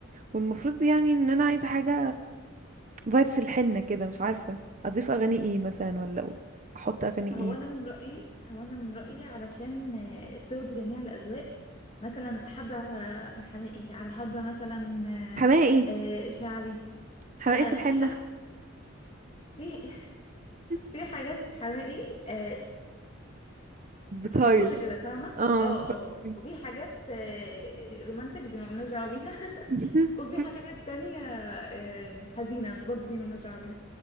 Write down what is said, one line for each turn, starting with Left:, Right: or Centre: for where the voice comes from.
Right: والمفروض يعني ان انا عايزة حاجة فايبس الحنة كده مش عارفة اضيف اغاني ايه مثلا ولا احط اغاني
Left: هو
Right: ايه
Left: انا من رايي هو انا من رايي علشان آه، ترضي جميع الاذواق مثلا حبه محامي على حبه مثلا آه،
Right: حماقي ايه
Left: آه، شعبي
Right: حماقي
Left: لا
Right: في الحنة
Left: في ح... في <laughs>
Right: <laughs>
Left: في حاجات حماقي أه،
Right: بتهيص
Left: فرفوشه كده فاهمه
Right: اه
Left: اه
Right: فاهمك.
Left: اه وفي حاجات آه، رومانتك دي مالناش دعوه بيها
Right: <laughs>
Left: <laughs> وفي حاجات تانية آه، حزينه برضو دي مالناش دعوه بيها